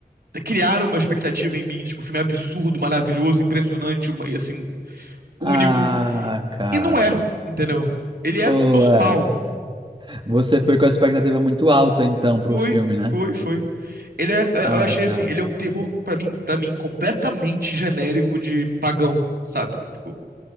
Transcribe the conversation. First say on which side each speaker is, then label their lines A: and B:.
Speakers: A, on the right; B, on the right.
A: Criaram uma expectativa em mim de que o filme é absurdo, maravilhoso, impressionante, assim, único.
B: Ah, cara.
A: E não é, entendeu? Ele é
B: Pô,
A: normal.
B: é. Você foi com a expectativa muito alta, então, pro
A: Foi,
B: filme, né?
A: foi, foi. Ele é, eu
B: Ah,
A: achei assim,
B: cara.
A: ele é um terror pra mim, para mim completamente genérico de pagão, sabe? Tipo,